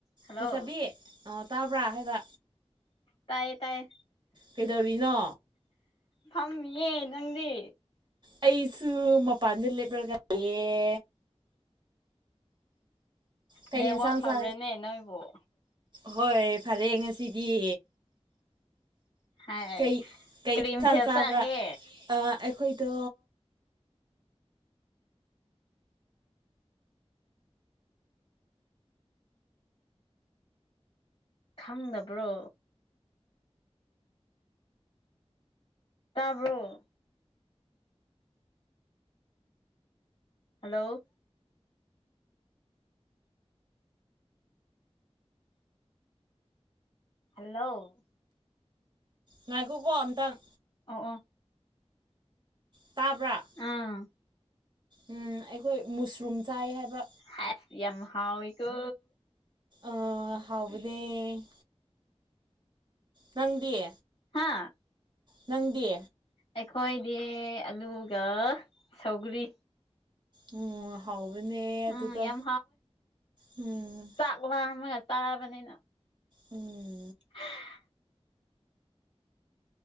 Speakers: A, on the left; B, on the right.
A: ꯍꯜꯂꯣ
B: ꯂꯩ ꯁꯥꯕꯤ ꯑ ꯇꯥꯕ꯭ꯔꯥ ꯍꯥꯏꯕ
A: ꯇꯌꯦ ꯇꯌꯦ
B: ꯀꯩꯗꯧꯔꯤꯅꯣ
A: ꯐꯝ꯫ꯃꯤꯌꯦ ꯅꯪꯗꯤ
B: ꯑꯩꯁꯨ꯫ ꯃꯄꯥꯟꯗ ꯂꯦꯞꯔꯒ ꯌ‌ꯦ ꯀꯩ
A: ꯅꯦꯋꯥꯛ
B: ꯌꯦꯟꯁꯥꯡ
A: ꯐꯥꯕ꯭ꯔꯅꯦ
B: ꯆꯥ
A: ꯅꯣꯏꯕ‌ꯣ
B: ꯍꯣꯏ꯫ ꯐꯔꯦ ꯉꯁꯤꯗꯤ
A: ꯍꯥꯏ
B: ꯀꯩ ꯀꯩ
A: ꯀꯔꯤ
B: ꯏꯟꯁꯥꯡ
A: ꯃꯊꯦꯜ
B: ꯆꯥꯕꯔꯥ
A: ꯆꯥꯒꯦ
B: ꯑ ꯑꯩꯈꯣꯏꯗꯣ
A: ꯈꯪꯅꯕ꯭ꯔꯣ ꯇꯥꯕ꯭ꯔꯣ ꯍꯜꯂꯣ ꯍꯜ꯫ꯂꯣ
B: ꯉꯥꯏꯈꯣꯀꯣ ꯑꯝꯇꯪ
A: ꯑꯣ ꯑꯣ
B: ꯇꯥꯕ꯭ꯔꯥ
A: ꯑꯥ
B: ꯎꯝ ꯑꯩꯈꯣꯏ ꯃꯨꯁꯔꯨꯝ ꯆꯥꯏ ꯍꯥꯏꯕ
A: ꯍꯥꯏꯞ ꯌꯥꯝ ꯍꯥꯎ ꯋꯤꯀꯣ
B: ꯑ ꯍꯥꯎꯕꯅ‌ꯦ ꯅꯪꯗꯤ
A: ꯍꯥꯥ
B: ꯅꯪꯗꯤ
A: ꯑꯩꯈꯣꯏꯗꯤ ꯑꯂꯨꯒ ꯁꯧꯒꯔꯤ
B: ꯎꯝ ꯍꯥꯎꯕꯅꯦ
A: ꯎꯝ
B: ꯑꯗꯨꯒ
A: ꯌꯥꯝ
B: ꯎꯝ
A: ꯄꯨꯥ ꯑ ꯆꯥ ꯃꯅꯤꯅ <unintelligible>
B: ꯎꯝ
A: ꯎ <unintelligible>